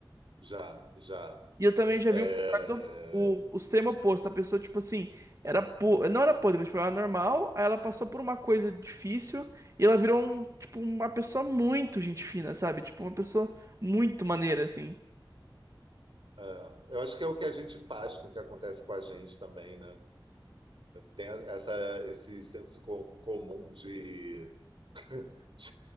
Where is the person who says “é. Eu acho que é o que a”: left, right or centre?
Right